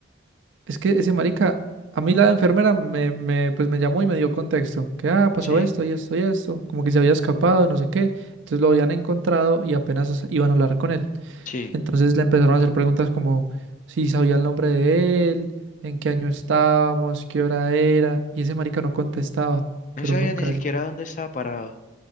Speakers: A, on the right; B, on the left.
A: Es que ese marica, a mí la enfermera me, me, pues me llamó y me dio contexto, que ah, pasó
B: Sí,
A: esto y esto y esto, como que se había escapado, no sé qué, entonces lo habían encontrado y apenas as- iban a hablar con él.
B: sí.
A: Entonces le empezaron a hacer preguntas como si sabía el nombre de él, en qué año estábamos, qué hora era, y ese marica no contestaba,
B: No
A: pero
B: sabía
A: nunca.
B: ni siquiera dónde estaba parado.